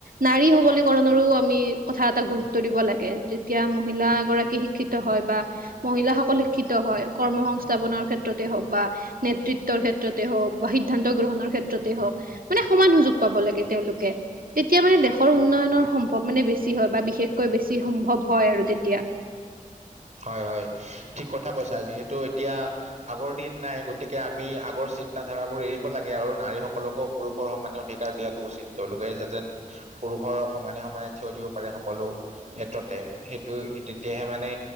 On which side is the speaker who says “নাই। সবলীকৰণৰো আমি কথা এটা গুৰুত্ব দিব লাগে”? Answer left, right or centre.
Right